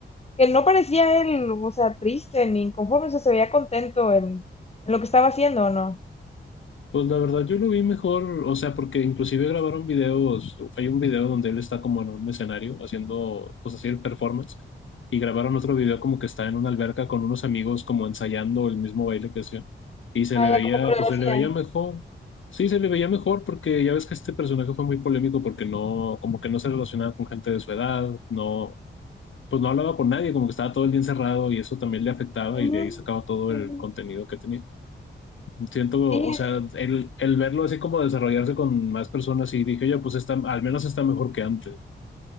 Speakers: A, on the left; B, on the left.
A: que no parecía él, o sea, triste ni inconforme, o sea, se veía contento en, en lo que estaba haciendo, ¿o no?
B: Pues la verdad yo lo vi mejor, o sea, porque inclusive grabaron videos, hay un video donde él está como en un escenario haciendo, pues así el performance, y grabaron otro video como que está en una alberca con unos amigos como ensayando el mismo baile que hacía, y se
A: Ah,
B: le
A: ya
B: veía,
A: como coreografía
B: pues se le veía
A: lo
B: mejor, sí, se le veía mejor porque ya ves que este personaje fue muy polémico porque no, como que no se relacionaba con gente de su edad, no pues no hablaba con nadie, como que estaba todo el día encerrado y eso también le afectaba
A: Ujú,
B: y de ahí sacaba todo el
A: ujú.
B: contenido que tenía. Siento,
A: Sí,
B: o sea,
A: es,
B: el, el verlo así como desarrollarse con más personas y dije, oye, pues está, al menos está mejor que antes.